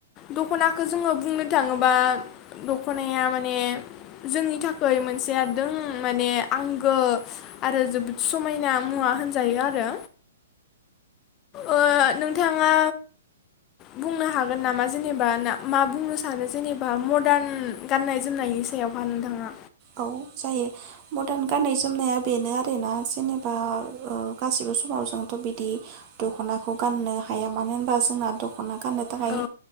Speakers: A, on the left; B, on the right.
A: दखनाखौ जोङो बुंनो थाङोबा दखनाया माने जोंनि थाखाय मोनसे दम माने आंगो आरो जोबोद समायना मुवा होनजायो आरो ओ नोंथाङा बुंनो हागोन नामा जेनेबा ना मा बुंनो सानो जेनेबा मदार्न गाननाय जोमनायनि सायावहा नोंथाङा
B: औ जायो मदार्न गाननाय जोमनाया बेनो आरोना जेनेबा गासिबो समाव जोंथ बिदि दखनाखौ गाननो हाया मानो होनबा जोंना दखना गाननो थाखाय
A: औ